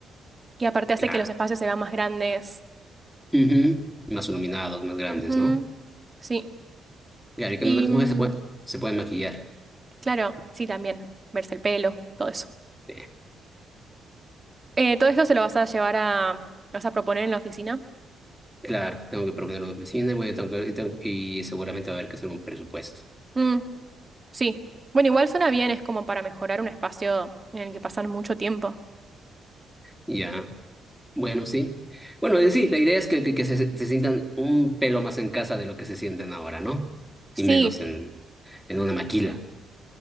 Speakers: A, on the right; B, in the centre.
A: que aparte hace
B: Claro.
A: que los espacios se vean más grandes.
B: Ujú. Más iluminados, más grandes,
A: Ujú,
B: ¿no?
A: Sí,
B: Claro, y que
A: y
B: no las
A: mm,
B: mujeres se pueden, se pueden maquillar.
A: claro, sí, también, verse el pelo, todo eso.
B: Eh,
A: Eh, ¿todo esto se lo vas a llevar a, lo vas a proponer en la oficina?
B: Claro, tengo que proponer una oficina y, voy a tener que- y tengo- y seguramente va a haber que hacer un presupuesto.
A: Mm, sí. Bueno, igual suena bien, es como para mejorar un espacio en el que pasan mucho tiempo.
B: Ya. Bueno, sí. Bueno, eh, sí, la idea es que, que, que se, se sientan un pelo más en casa de lo que se sienten ahora, ¿no?
A: Sí,
B: Y menos en, en una maquila.